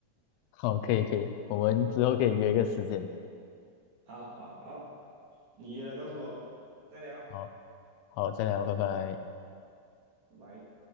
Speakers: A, on the left (about 80°); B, on the right (about 45°).
A: 好，可以可以，我们之后可以约一个时间。
B: 好好好，你约了告诉我，再聊，
A: 好好，再聊，拜拜。
B: 拜拜。